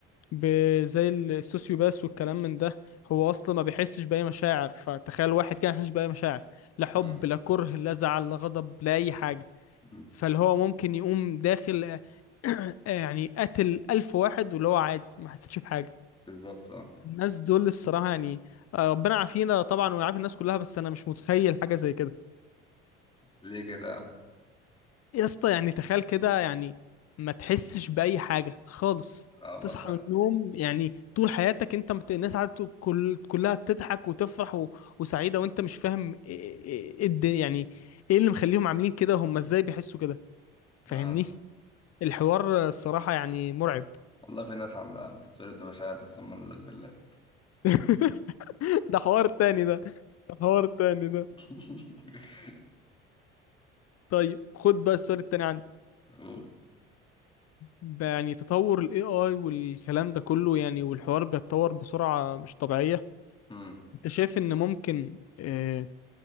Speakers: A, on the left; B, on the left.
A: ب- زي السوسيوباس والكلام من ده هو اصلا ما بيحسش بأي مشاعر فتخيل واحد كان يحسش بأي مشاعر لا حب
B: امم
A: لا كره لا زعل لا غضب لا اي حاجة
B: أمم.
A: فاللي هو ممكن يقوم داخل آه، يعني قتل ألف واحد واللي هو عادي ما حسيتش بحاجة
B: بالظبط اه
A: الناس دول الصراحة يعني آه، ربنا يعافينا طبعا ويعافي الناس كلها بس انا مش متخيل حاجة زي كده
B: ليه كده يا عم؟
A: يا اسطى يعني تخيل كده يعني ما تحسش بأي حاجة خالص
B: اه برضه
A: تصحى من النوم يعني طول حياتك انت مت... الناس قاعدة تق- كل... كلها تضحك وتفرح و... وسعيدة وانت مش فاهم ايه إيه- إيه الدنيا يعني ايه اللي مخليهم عاملين كده هم ازاي بيحسوا كده فاهمني
B: امم
A: الحوار الصراحة يعني مرعب
B: والله في ناس عندها بتتولد بمشاعر بس هم اللي بالله
A: <laughs> ده حوار تاني ده ده حوار تاني ده
B: <laughs>
A: طيب خد بقى السؤال التاني عندي
B: قول.
A: ب- يعني تطور ال AI والكلام ده كله يعني والحوار بيتطور بسرعة مش طبيعية
B: أمم.
A: انت شايف ان ممكن آه،